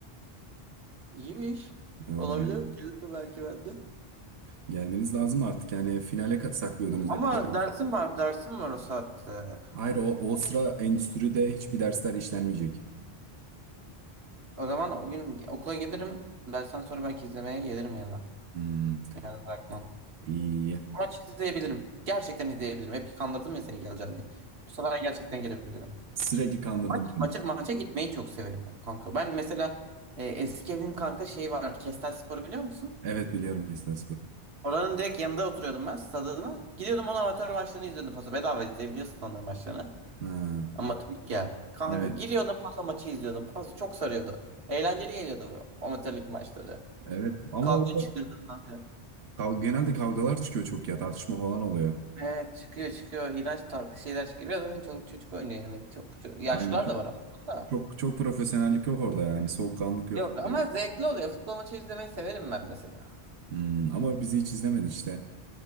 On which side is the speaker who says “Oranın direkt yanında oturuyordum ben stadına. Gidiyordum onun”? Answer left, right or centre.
Right